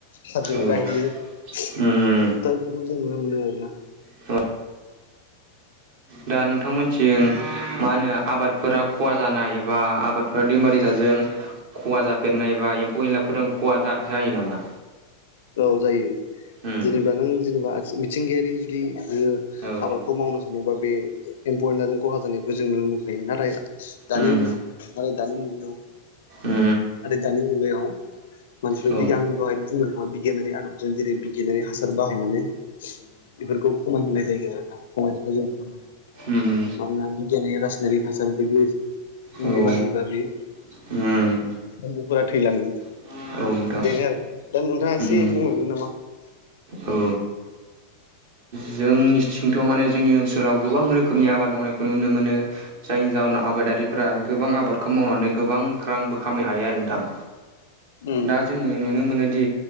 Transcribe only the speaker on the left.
हाजोआव
गायहैयो
दा बेखौ जों नुनो मोनो आरोना
औ जायो
जेनेबा नों जेनेबा मिथिंगायारि जुदि नोङो
आबादखौ मावनो सानोबा बे एम्फौ एनलाजों खहा जानायखौ जों नुनो मोनखायो नाथाय दानि
माने दानि मुगायाव
आरो दानि मुगायाव मानसिफ्रा
बिगान दहायनो बुंबोखांबाय बिगियानारि आदबजों जेरै बिगियानारि हासार बाहायनानै बेफोरखौ खमायहोनाय जायो आरोना खमायनायखौ जों नुनो मोनो।
मानोना बिगियाननि राजासनिारिक हासार बि
मुलि बाहायोब्ला बे
एम्बुफोरा थैलाङो
बेनो दा नोंथाङा
एसे बुंलांदों नामा?
उम